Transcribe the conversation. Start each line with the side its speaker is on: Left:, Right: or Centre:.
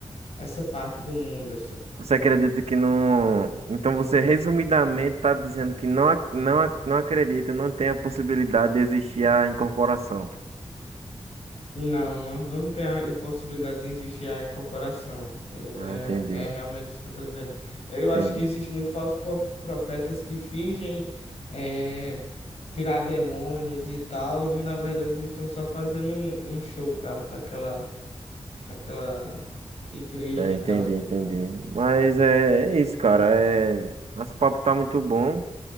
Left: essa parte do mundo,
Right: Você acredita que não. Então você resumidamente está dizendo que não, ac- não, ac- não acredita, não tem a possibilidade de existir a incorporação.
Left: Não, não, não tem a impossibilidade de existir a incorporação. É,
Right: Ah, entendi,
Left: é- é realmente isso que eu estou dizendo. Eu
Right: entendi.
Left: acho que existe muito falsos prof- profetas que fingem é, tirar demônios e tal, e na verdade eles estão só fazendo um, um show para aquela, para aquela igreja
Right: É,
Left: e
Right: entendi,
Left: tal que
Right: entendi.
Left: ele tá.
Right: Mas é, é isso, cara. É... Nosso papo tá muito bom.